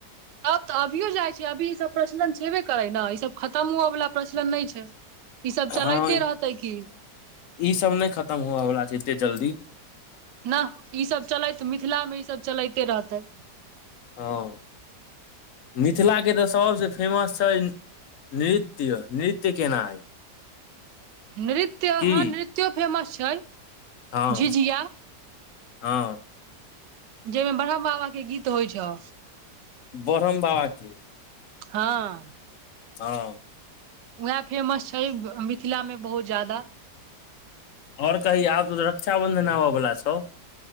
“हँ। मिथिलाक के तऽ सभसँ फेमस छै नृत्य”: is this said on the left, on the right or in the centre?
Left